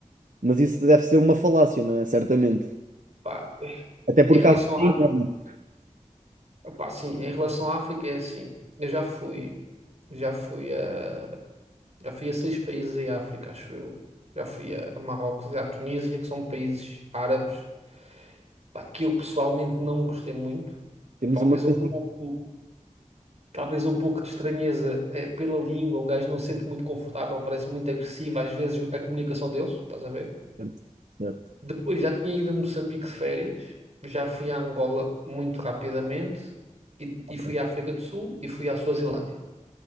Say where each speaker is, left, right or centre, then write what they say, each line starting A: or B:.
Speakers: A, on the right; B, on the right.
A: Mas isso deve ser uma falácia, não é? Certamente.
B: pá,
A: Até
B: em
A: porque
B: relação
A: a África
B: à
A: é
B: África,
A: enorme.
B: pá, sim, em relação à África é assim. Eu já fui, já fui a, já fui a seis países em África, acho eu. Já fui a, a Marrocos e à Tunísia, que são países árabes. Pá, que eu pessoalmente não gostei muito.
A: Temos
B: Talvez
A: uma coisa
B: um pouco, talvez um pouco de estranheza eh, pela língua. Um gajo não se sente muito confortável, parece muito agressivo às vezes a comunicação deles, estás a ver?
A: certo, certo.
B: Depois já tinha ido a Moçambique de férias, já fui à Angola muito rapidamente e,
A: Ok,
B: e fui à África do Sul e fui à Suazilândia.